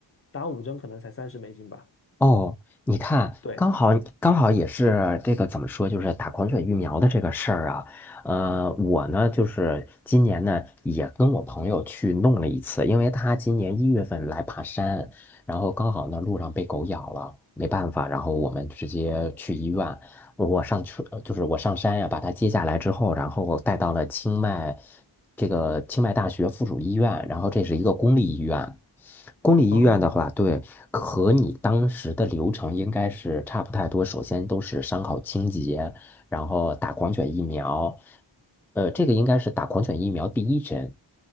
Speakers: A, on the left; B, in the centre.
A: 打五针可能才三十美金吧。
B: 哦，你看，
A: 对，
B: 刚好刚好也是这个怎么说，就是打狂犬疫苗的这个事儿啊。呃，我呢，就是今年呢也跟我朋友去弄了一次，因为他今年一月份来爬山，然后刚好呢路上被狗咬了，没办法，然后我们直接去医院。我上车，就是我上山呀、把他接下来之后，然后带到了清迈这个清迈大学附属医院，然后这是一个公立医院。公立医院的话，
A: 哦，
B: 对，和你当时的流程应该是差不太多。首先都是伤口清洁，然后打狂犬疫苗，呃，这个应该是打狂犬疫苗第一针，